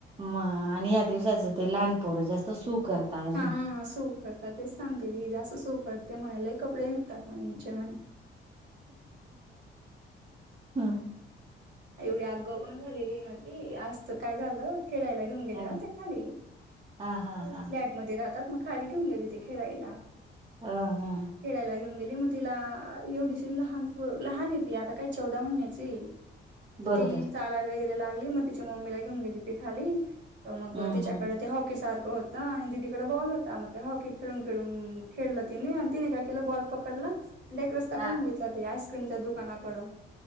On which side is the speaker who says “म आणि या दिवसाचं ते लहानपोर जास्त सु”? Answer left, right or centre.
Right